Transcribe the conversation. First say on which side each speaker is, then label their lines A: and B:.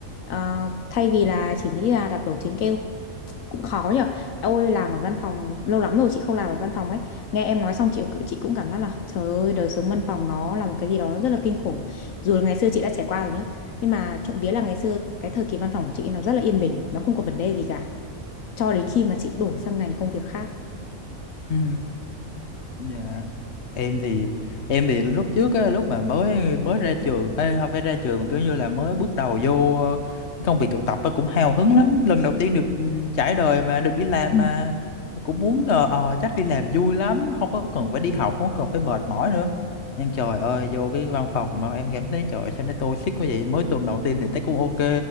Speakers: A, on the left; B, on the left.
A: Ờ, thay vì là chỉ nghĩ là đạp đổ chính kêu cũng khó nhở ôi làm ở văn phòng lâu lắm rồi chị không làm ở văn phòng ấy nghe em nói xong chị chị cũng cảm giác là trời ơi đời sống văn phòng nó là một cái gì đó nó rất là kinh khủng dù là ngày xưa chị đã trải qua rồi nhá nhưng mà trộm vía là ngày xưa cái thời kỳ văn phòng của chị nó rất là yên bình nó không có vấn đề gì cả cho đến khi mà chị đổi sang ngành công việc khác
B: Ừ. Dạ. Em thì em thì lúc trước á, lúc mà mới mới ra trường, ê, không phải ra trường mà kiểu như là mới bước đầu vô ờ, cái công việc thực tập á, cũng hào hứng lắm. Lần đầu tiên được ừ, trải đời mà được đi làm
A: Ừ.
B: mà cũng muốn ờ, ờ, chắc đi làm vui lắm, không có cần phải đi học, không có cần phải mệt mỏi nữa. Nhưng trời ơi vô cái văn phòng mà em cảm thấy trời sao nó toxic quá vậy. Mới tuần đầu tiên thì thấy cũng ok,